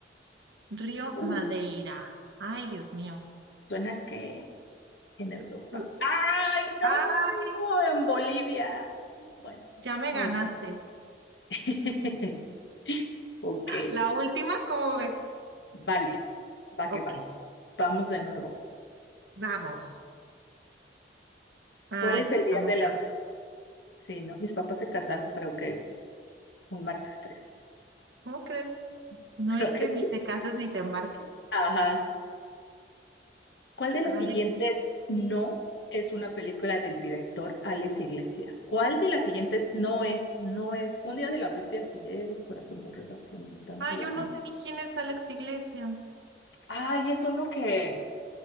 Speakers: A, on the right; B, on the left.
A: Río
B: uh,
A: Madeira. Ay, Dios mío.
B: suena que en Europa.
A: Su-
B: ¡Ay, no!
A: Ay,
B: En Bolivia. Bueno,
A: ya me
B: muy
A: ganaste.
B: bien. <laughs> Ok,
A: La última, ¿cómo ves?
B: vale, va
A: Ok,
B: que va. Vamos de nuevo.
A: vamos. Ay,
B: ¿Cuál es
A: esta
B: el
A: está
B: día
A: muy
B: de la
A: fácil.
B: Sí, ¿no? Mis papás se casaron, creo que un martes 3.
A: ¿Cómo crees?
B: <laughs>
A: No
B: Creo
A: es que
B: que.
A: ni
B: sí.
A: te cases ni te embarques.
B: Ajá. ¿Cuál de las
A: Alex.
B: siguientes no es una película del director Alex Iglesia? ¿Cuál de las siguientes no es? No es. Un día de la bestia, sí es. Corazón borrado, acción mutante,
A: Ah,
B: la
A: yo
B: com-
A: no sé ni quién es Alex Iglesia.
B: Ay, es uno que